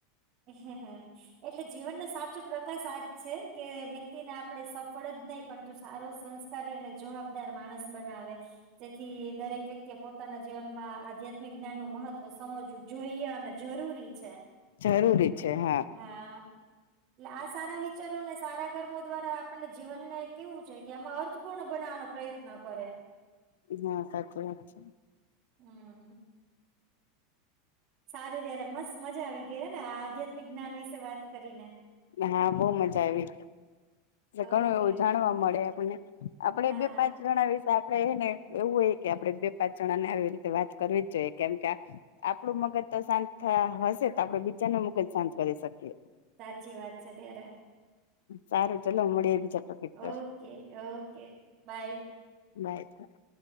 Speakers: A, on the right; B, on the left.
A: હ હમ એટલે જીવનનો સાચો પ્રકાશ આજ છે કે વ્યક્તિને આપડે સફળ જ નહીિ પણ તું સારો સંસ્ સારી અને જવાબદાર માણસ બનાવે જેથી દરેક વ્યક્તિએ પોતાના જીવનમાં આધ્યાત્મિક જ્ઞાન નું મહત્વ સમજવ જોઈએ અનેને જરૂરી છે
B: જરૂરી છે, હા
A: હા એટલે આ સારા વિચારોને સારા કર્મો દ્વારા આપણને જીવનને કેવું છે, કે એમાં અર્થપૂર્ણ બનાવવાનો પ્રયત્નો કરે
B: હા સાચી વાત છે.
A: હમ સારું ત્યારે મસ્ત મજા આવી ગઈ ને આ આધ્યાત્મિક જ્ઞાન વિશે વાત કરીને
B: હા, બહુ મજા આવી
A: ઓકે
B: ઘણું એવું જાણવા મળે આપને આપડે
A: હા
B: બે પાંચ જણા વિશે આપડે એને એવું હોય કે આપડણે બે પાંચ જણા ને આવી રીતે વાત કરવી જ જોઈએ કેમ કે આપડું મગજ તો શાંત હશે, તો આપડે બીજા ન મગજ શાંત કરી શકીએ
A: સાચી વાત છે, ત્યારે
B: સારું ચલો મડીએ બીજા ટોપિક પર
A: ઓકે ઓકે બાય
B: <unintelligible>